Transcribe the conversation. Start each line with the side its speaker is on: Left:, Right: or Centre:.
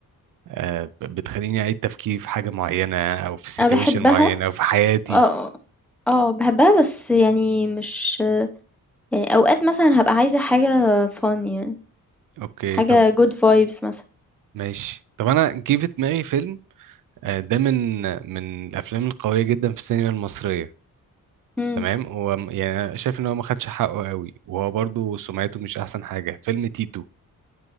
Right: آه، ب- بتخليني اعيد تفكير في حاجه معينه او في سيتويشن
Centre: أنا باحبها
Right: معينه او في حياتي
Centre: آه، آه، باحبها بس يعني مش يعني أوقات مثلًا هابقى عايزة حاجة fun يعني،
Right: اوكي
Centre: حاجة
Right: طب
Centre: good vibes مثلًا.
Right: ماشي طب انا جه في دماغي فيلم آه، ده من من الافلام القويه جدا في السينما المصريه
Centre: إمم،
Right: تمام هو م- يعني أنا شايف ان هو ما خدش حقه قوي وهو برضو سمعته مش احسن حاجه فيلم تيتو